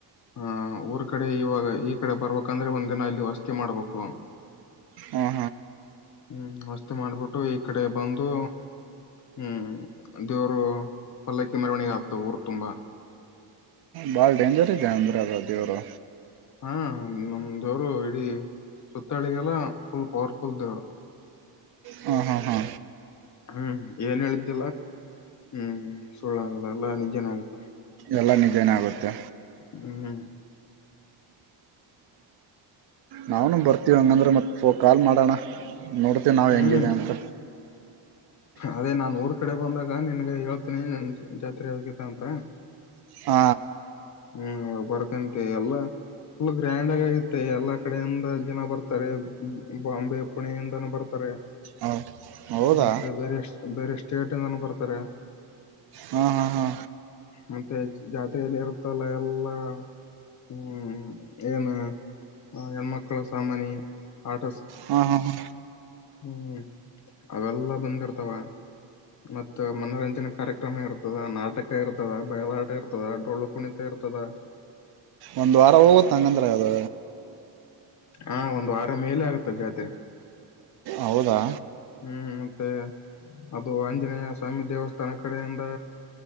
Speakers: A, on the left; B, on the right.
A: ಹಹ ಊರ್ ಕಡೆ ಇವಾಗ ಈ ಕಡೆ ಬರ್ಬೇಕಂದ್ರೆ ಒಂದ್ ದಿನ ಅಲ್ಲಿ ವಸ್ತಿ ಮಾಡ್ಬೇಕು
B: ಹ್ಮ
A: ಹ್ಮ್ ಮಸ್ತಿ ಮಾಡ್ಬಿಟ್ಟು ಈ ಕಡೆ ಬಂದು ಹ್ಮ್ ದೇವರು ಪಲ್ಲಕ್ಕಿ ಮೆರವಣಿಗೆ ಆತ ಊರ್ ತುಂಬಾ
B: ಭಾಳ ಡೇಂಜರ್ ಇದೆ ಅಂದ್ರೆ ಅದು ದೇವರು
A: ಹಾ ನಮ ದೇವರು ಇಡೀ ಸುತ್ತಾಳಿಗೆಲ್ಲ ಫುಲ್ ಪವರ್ಫುಲ್ ದೇವರು
B: ಹಾ ಹಾ ಹಾ
A: ಹ್ಮ್ ಏನ್ ಹೇಳಿದ್ದೆಲ್ಲ ಹ್ಮ್ ಸುಳ್ಳಾಗಲ್ಲ ಎಲ್ಲಾ ನಿಜನ ಆಗತ್ತ
B: ಎಲ್ಲ ನಿಜನೇ ಆಗುತ್ತೆ
A: ಹ್ಮ್
B: ನಾೂ ಬರ್ತೀವಿ ಹಂಗಂದ್ರೆ ಮತ್ತುತ್ತ ಕಾಲ್ ಮಾಡೋಣ ನೋಡ್ತೀವಿ ನಾವು
A: ಹ್ಮ್
B: ಹೆಂಗಿದೆ ಅಂತ
A: ಅದೇ ನಾ ಊರ್ ಕಡೆ ಬಂದಾಗ ನಿನ್ಗೆ ಹೇಳ್ತೀನಿ ಜಾತ್ರೆ ಅದಕ ಅಂತ
B: ಹ
A: ಹ್ಮ್ ಬರ್ಕಂತೆ ಎಲ್ಲ ಫುಲ್ ಗ್ರ್ಯಾಂಡ್ ಆಗ ಆಗತ್ತೆ ಎಲ್ಲಾ ಕಡೆಯಿಂದ ಜನ ಬರ್ತಾರೆ ಬಾಂಬೆ ಪುಣೆಯಿಂದನ ಬರ್ತಾರೆ
B: ಹೌ ಹೌದಾ
A: ಮತ್ತೆ ಬೇರೆಷ್ಟ ಬೇರೆಷ್ಟ್ಟೇ ಟಿಂದಾನು ಬರ್ತಾರೆ
B: ಹಾ ಹಾ ಹಾ
A: ಮತ್ತೆ ಜಾತ್ರೆಯಲ್ಲಿ ಇರ್ತ್ತಲ್ಲ ಎಲ್ಲಾ ಹ್ಮ್ ಏನ್ ಹೆಣ್ಮಕ್ಳ ಸಾಮಾನಿ ಆಟ
B: ಹಾ ಹಾ ಹಾ
A: ಹ್ಮ್್ಮ್ ಅವೆಲ್ಲ ಬಂದಿರ್ತಾವ ಮತ್ತ ಮನೋರಂಜನೆ ಕಾರ್ಯಕ್ರಮ ಇರ್ತದ ನಾಟಕ ಇರ್ತದ ಬಯಲಾಟ ಇರ್ತದ ಡೋೊಳ್ಳ ಕುಣಿತ ಇರ್ತದೆ ಕತದ
B: ಒಂದ್ ವಾರ ಹೋಗ ತಂಗಂದ್ರ ಆದ್ರ
A: ಹಾ ಒಂದು್ ವಾರ ಮೇಲೆ ಆಗುತ್ತೆ ಜಾತ್ರೆ
B: ಹೌದಾ
A: ಹ್ಮ್ ಮತ್ತೆ ಅದು ದಿನ ಸ್ವಾಮಿ ದೇವಸ್ಥಾನ ಕಡೆಯಿಂದ